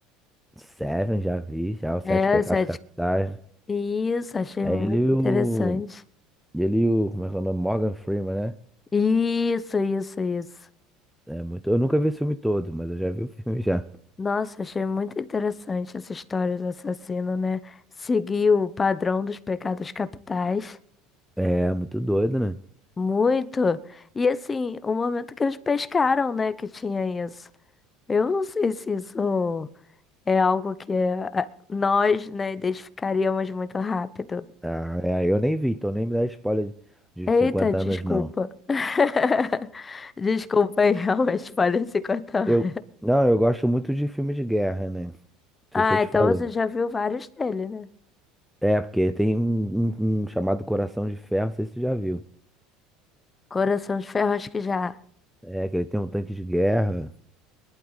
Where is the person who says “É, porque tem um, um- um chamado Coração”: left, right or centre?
Centre